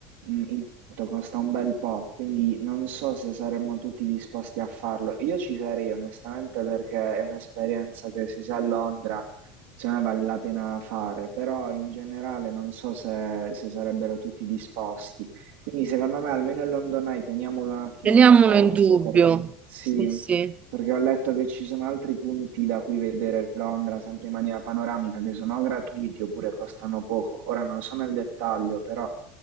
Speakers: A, on the right; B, on the right.
A: mm, il biglietto costa un bel po', quindi non so se saremmo tutti disposti a farlo. Io ci sarei onestamente perché è un'esperienza che se si è a Londra, secondo me vale la pena fare, però in generale non so se, se sarebbero tutti disposti. Quindi secondo me almeno il London Eye teniamolo un attimo
B: Teniamolo
A: in forza,
B: in dubbio.
A: perché sì.
B: Sì, sì.
A: perché ho letto che ci sono altri punti da cui vedere Londra, sempre in maniera panoramica, che sono gratuiti oppure costano poco. Ora non so nel dettaglio, però